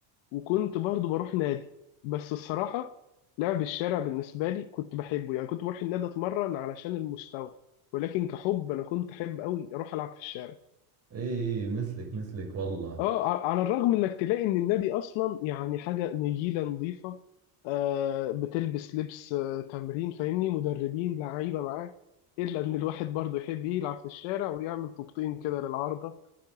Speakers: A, on the left; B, on the right.
A: وكنت برضو بروح نادي بس الصراحه لعب الشارع بالنسبه لي كنت بحبه يعني كنت بروح النادي اتمرن علشان المستوى ولكن كحب انا كنت احب قوي اروح العب في الشارع
B: ايه ايه إيه، مثلك مثلك والله
A: اه ع- على الرغم انك تلاقي ان النبي اصلا يعني حاجه نجيله نظيفه آه بتلبس لبس آه تمرين فاهمني مدربين لعيبه معاك الا ان الواحد برضه يحب يلعب في الشارع ويعمل طوبتين كده للعارضه